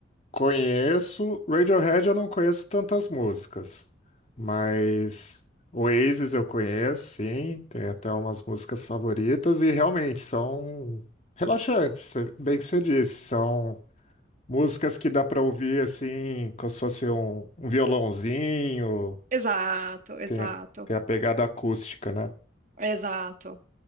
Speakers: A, on the left (about 35°); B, on the right (about 40°).
A: Conheço, Radiohead eu não conheço tantas músicas, mas Oasis eu conheço, sim, tem até umas músicas favoritas e realmente são relaxantes, cê- bem que você disse, são Músicas que dá pra ouvir assim, como se fosse um, um violãozinho,
B: Exato, exato,
A: tem, tem a pegada acústica, né?
B: exato.